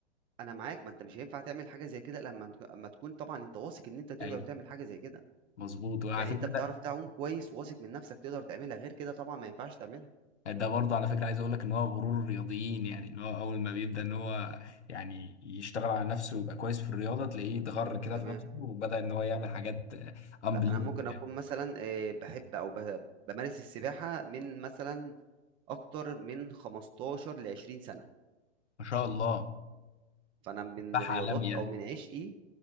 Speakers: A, on the right (about 15°); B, on the left (about 80°).
A: انا معاك ما انت مش هينفع تعمل حاجه زي كده لما اما تكون طبعا انت واثق ان انت تقدر
B: ايوه
A: تعمل حاجه زي كده
B: مظبوط وعلى
A: يعني
B: فكره
A: انت بتعرف تعوم كويس وواثق من نفسك تقدر تعملها غير كده طبعا ما ينفعش تعملها
B: ده برضه على فكرة عايز اقول لك ان هو غرور الرياضيين يعني ان هو اول ما بيبدأ ان هو يعني يشتغل على نفسه ويبقى كويس في الرياضة تلاقيه اتغر كده
A: تمام
B: في نفسه وبدأ ان هو يعمل حاجات unbelievable
A: لا انا ممكن
B: يعني
A: اكون مثلا آه، بحب او ب- بمارس السباحه من مثلا اكتر من 15 ل 20 سنه
B: ما شاء الله
A: فانا من
B: سباح
A: الرياضات
B: عالمي يعني
A: او من عشقي